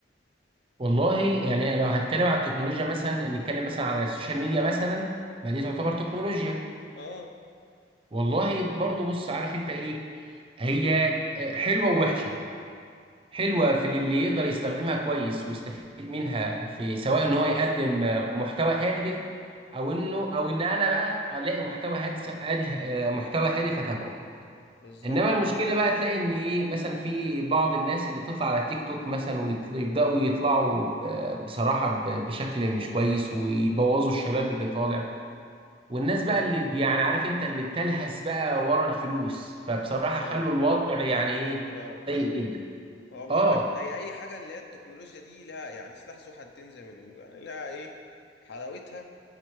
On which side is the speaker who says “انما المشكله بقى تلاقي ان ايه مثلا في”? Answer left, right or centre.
Right